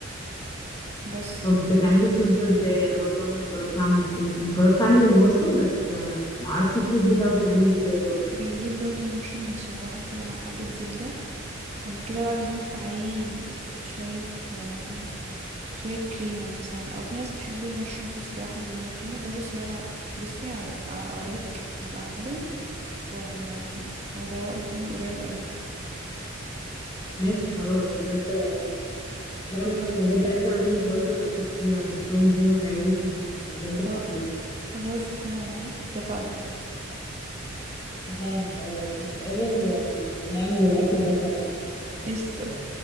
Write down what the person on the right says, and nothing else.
بس
بنجيب برضو المشروم نشوحه كده مع حبة زبدة بعد كده بقى بنحط عليه شوية آه، شوية كريمة مثلا أو في ناس بتحب المشروم صوص لوحده من غير كريمة خلاص يا سهيلة بصي هو- أو- أوعدك هبقى أعمله و... وأدوقك منه قريب أوي
خ- خلاص احنا اتفقنا
قشطة